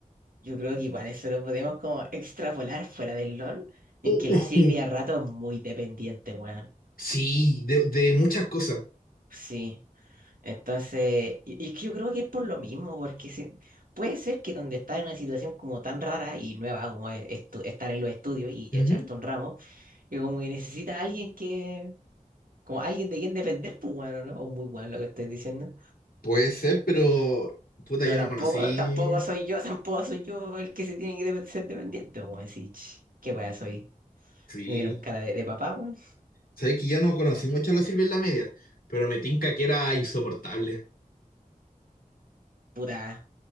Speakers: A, on the right; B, on the left.
A: Yo creo que igual eso lo podemos como extrapolar fuera del LOL, en
B: Oh,
A: que
B: oh,
A: la Silvia
B: oh.
A: a rato es muy dependiente, weón.
B: Sí, de, de muchas cosas.
A: Sí, entonces, y, y es que yo creo que es por lo mismo, porque si- puede ser que donde estás en una situación como tan rara y nueva como es estu- estar en los estudios y
B: Ujú.
A: echarte un ramo, que como que necesitas a alguien que, como alguien de quien depender, pues bueno, ¿no? O muy bueno lo que estoy diciendo.
B: Puede ser, pero puta,
A: Pero
B: yo
A: tampoco,
B: no conocí.
A: tampoco soy yo, <laughs> tampoco soy yo el que se tiene que dep- ser dependiente, como decir, "Ch, qué weá soy.
B: Sí.
A: Me vieron cara de, de papá, weón.
B: Sabes que yo no conocí mucho a los sirve en la media, pero me tinca que era insoportable.
A: Puta,